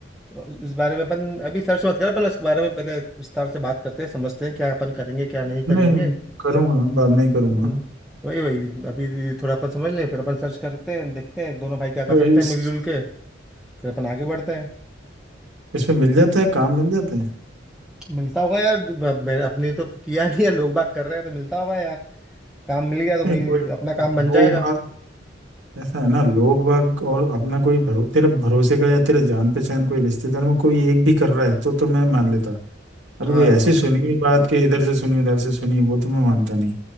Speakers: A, in the centre; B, on the right.
A: तो इस बारे में अपन अभी सर्च मत कर अपन इस बारे में पहले विस्तार से बात करते हैं समझते हैं क्या अपन करेंगे क्या नहीं करेंगे
B: नहीं करूँगा बाद में ही
A: हम्म
B: करूँगा
A: वही वही अभी थोड़ा अपन समझ लें फिर अपन सर्च करते हैं देखते हैं दोनों भाई क्या कर
B: तो ये
A: सकते
B: इस
A: हैं मिलजुल के फिर अपन आगे बढ़ते हैं
B: इसमें मिल जाता है काम मिल जाता है
A: मिलता होगा यार अब मैं अपने तो किया नहीं है लोग बात कर रहे हैं तो मिलता होगा यार काम मिल गया तो
B: नहीं
A: भाई
B: कोई
A: अपना
B: लोग
A: काम बन जाएगा
B: बाग ऐसा है ना लोग बाग और अपना कोई भरो, तेरा भरोसे का या तेरा जान पहचान कोई रिश्तेदार में कोई एक भी कर रहा है तो तो मैं मान लेता अभी
A: हाँ
B: कोई ऐसी सुनी हुई बात कि इधर से सुनी उधर से सुनी वो तो मैं मानता नहीं